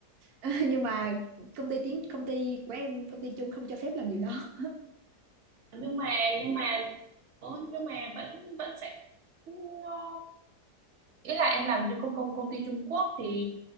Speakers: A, on the right (about 70°); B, on the right (about 55°).
A: <laughs> nhưng mà công ty tiếng công ty của em công ty chung không cho phép làm điều đó
B: nhưng mà nhưng mà ôi, nhưng mà vẫn vẫn sẽ nó- ý là em làm cho công công công ty Trung Quốc thì